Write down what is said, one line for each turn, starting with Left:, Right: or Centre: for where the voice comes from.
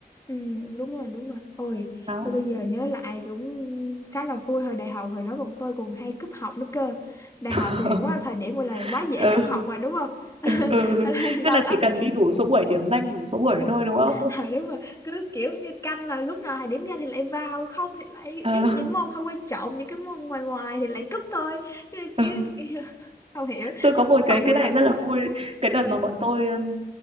Left: ừ đúng rồi đúng rồi ôi
Right: Đó.
Left: tôi bây giờ nhớ lại cũng khá là vui hồi đại học hồi đó bọn tôi còn hay cúp học nữa cơ đại
Right: <laughs>
Left: học thì quá là thời điểm gọi là quá dễ
Right: Ừ.
Left: cúp học rồi đúng không
Right: Ừ. ừ.
Left: <laughs>
Right: Tức
Left: đầu
Right: là
Left: óc
Right: chỉ cần đi đủ số buổi điểm danh đủ số buổi thôi đúng không?
Left: à, đúng rồi cứ kiểu như canh là lúc nào thời điểm ra thì lại vào không thì lại ít
Right: <laughs> Ờ.
Left: những môn không quan trọng những cái môn ngoài ngoài thì lại cúp thôi chứ,
Right: Ừ.
Left: chứ <laughs> không hiểu
Right: tôi có
Left: nhưng mà
Right: một
Left: cúp
Right: cái
Left: học vui
Right: cái này
Left: thật
Right: rất là vui cái đợt mà bọn tôi um,